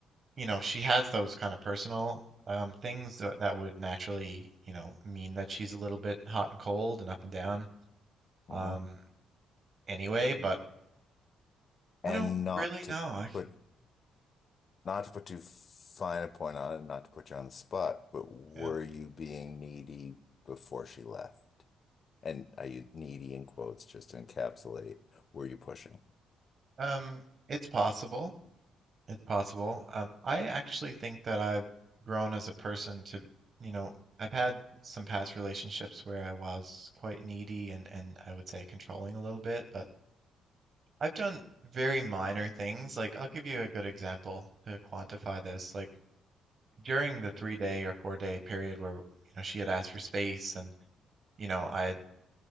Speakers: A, on the right; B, on the left.
A: you know, she has those kind of personal um, things that, that would naturally, you know, mean that she's a little bit hot and cold and up and down
B: hmm
A: um, anyway. But
B: And
A: I don't
B: not
A: really
B: to
A: know.
B: put Not to put too fine a point on it, not to put you on the spot, but were
A: Yeah.
B: you being needy before she left? And are you needy in quotes just to encapsulate, were you pushing?
A: Um, it's possible. It's possible. Um, I actually think that I've grown as a person to, you know, I've had some past relationships where I was quite needy and and I would say controlling a little bit, but I've done very minor things. Like I'll give you a good example to quantify this. Like during the three day or four day period where, you know, she had asked for space and, you know, I